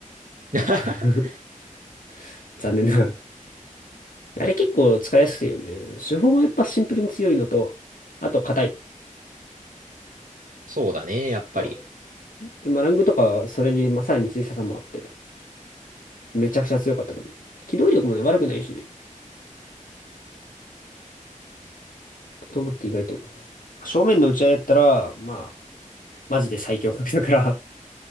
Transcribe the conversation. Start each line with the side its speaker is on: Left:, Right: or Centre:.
Right: <laughs>
Left: <laughs> 残念ながら。あれ結構使いやすくていいよね。手法がやっぱシンプルに強いのと、あと硬い。
Right: そうだね、やっぱり。
Left: うんでまあ、ラングとかはそれに、まあ、さらに小ささもあって、めちゃくちゃ強かったと思う。機動力もね、悪くないしね。と思って意外と。正面の打ち合いやったら、まあ、マジで最強格だから